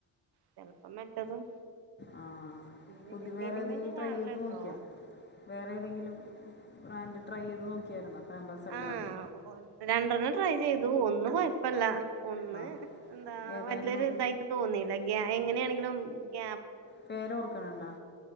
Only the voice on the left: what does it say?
ആഹ
പുതിയ വേറെ
ഏതെങ്കിലും ട്രൈ
ചെയ്ത് നോക്കിയാ വേറെ ഏതെങ്കിലും ബ്രാൻഡ് ട്രൈ ചെയ്ത് നോക്കിയായിരുന്നോ പമ്പേഴസ അല്ലാതെ
ആ
ഏതായിരുന്നു
അത്
പേര ഓർക്കണണ്ടോ